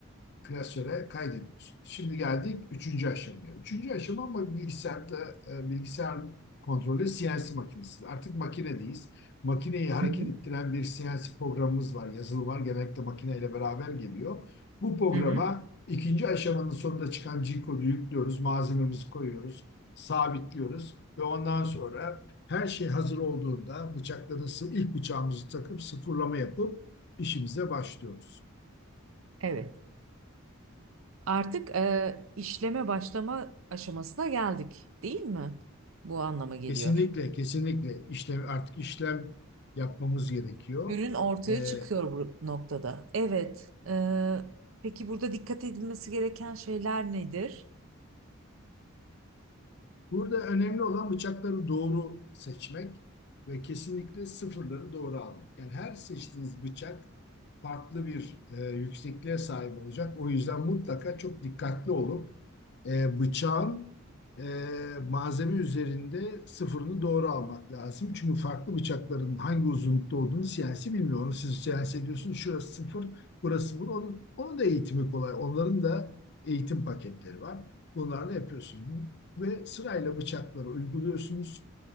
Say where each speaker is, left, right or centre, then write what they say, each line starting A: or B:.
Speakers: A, on the left; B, on the right.
A: klasöre kaydediyorsun. Şimdi geldik üçüncü aşamaya. Üçüncü aşama ama bilgisayarda e, bilgisayar kontrolü CNC makinesi. Artık makinedeyiz. Makineyi hareket
B: Hı hı.
A: ettiren bir CNC programımız var, yazılım var. Genellikle makineyle beraber geliyor. Bu programa
B: Hı hı.
A: ikinci aşamanın sonunda çıkan G-kodu yüklüyoruz, malzememizi koyuyoruz, sabitliyoruz ve ondan sonra her şey hazır olduğunda bıçakları, ilk bıçağımızı takıp sıfırlama yapıp işimize başlıyoruz.
B: Evet. Artık e, işleme başlama aşamasına geldik, değil mi? Bu anlama geliyor.
A: Kesinlikle, kesinlikle işlem, artık işlem yapmamız gerekiyor.
B: Ürün ortaya
A: Ee,
B: çıkıyor bu noktada. Evet. E, peki burada dikkat edilmesi gereken şeyler nedir?
A: burada önemli olan bıçakları doğru seçmek ve kesinlikle sıfırları doğru almak. Yani her seçtiğiniz bıçak farklı bir e, yüksekliğe sahip olacak. O yüzden mutlaka çok dikkatli olup e, bıçağın e, malzeme üzerinde sıfırını doğru almak lazım. Çünkü farklı bıçakların hangi uzunlukta olduğunu siyasi bilmiyor. Onu siz siyasi ediyorsunuz. Şurası sıfır, burası sıfır. Onun, onun da eğitimi kolay. Onların da eğitim paketleri var. Bunlarla yapıyorsunuz. Ve sırayla bıçakları uyguluyorsunuz.